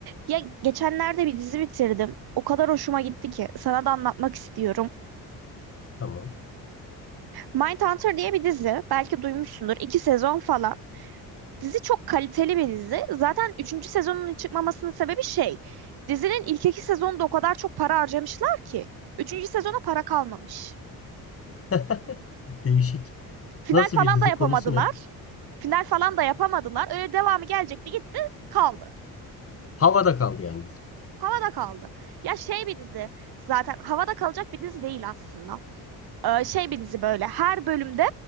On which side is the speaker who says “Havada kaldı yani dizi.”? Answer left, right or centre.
Left